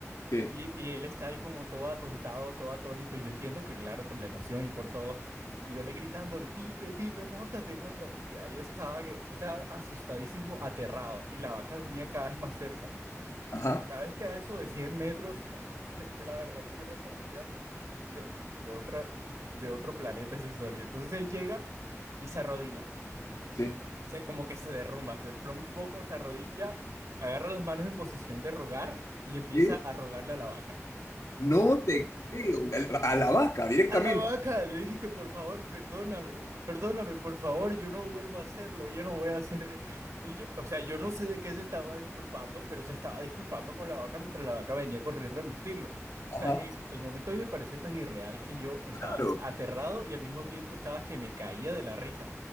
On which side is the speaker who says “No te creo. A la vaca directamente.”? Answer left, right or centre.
Left